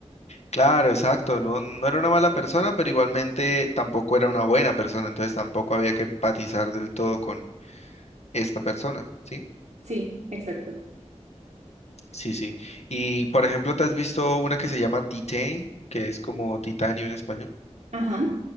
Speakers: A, on the left (about 65°); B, on the right (about 75°).
A: Claro, exacto, no, no era una mala persona, pero igualmente tampoco era una buena persona, entonces tampoco había que empatizar del todo con esta persona, ¿sí?
B: Sí, exacto.
A: Sí, sí. Y por ejemplo, ¿te has visto una que se llama Titane, que es como titanio en español?
B: Ajá.